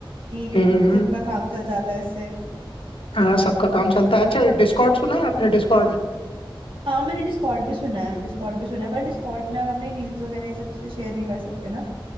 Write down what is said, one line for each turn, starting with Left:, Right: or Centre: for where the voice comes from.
Right: कि
Left: हम्म
Right: जब का काम चल जाता है इससे
Left: हाँ सबका काम चलता है अच्छा डिस्कॉर्ड सुना है आपने डिस्कॉर्ड
Right: हाँ मैंने डिस्कॉर्ड भी सुना है डिस्कॉर्ड भी सुना है पर डिस्कॉर्ड में आप अपने रील्स वगैरह ये सब से शेयर नहीं कर सकते ना